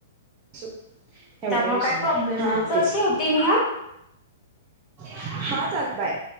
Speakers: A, on the right; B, on the left.
A: सोड एवढ
B: त्यामुळे
A: काय विषय
B: काही
A: नाही
B: प्रॉब्लेम
A: हा
B: चल
A: तेच.
B: ठेवते मी हा.
A: हा चालत बाय.